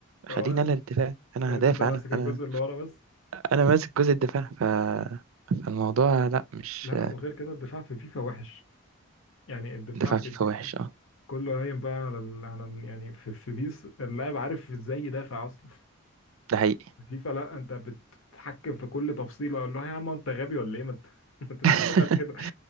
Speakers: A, on the left; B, on the right.
A: اه
B: خليني انا الدفاع انا
A: بقيت
B: هدافع
A: انت ماسك
B: انا
A: الجزء
B: انا
A: اللي ورا بس
B: انا ماسك جزء الدفاع ف... فالموضوع لا مش
A: لا لا وغير كده الدفاع في فيفا وحش يعني الدفاع
B: دفاع
A: في
B: فيفا
A: فيفا
B: وحش اه
A: كله قايم بقى على ال... على ال- يعني في في بيس اللاعب عارف ازاي يدافع اصلا
B: ده حقيقي
A: فيفا لا انت بتتحكم في كل تفصيله اقول له يا عم انت غبي ولا ايه ما انت <laughs> ما انت تشتغل
B: <laughs>
A: كده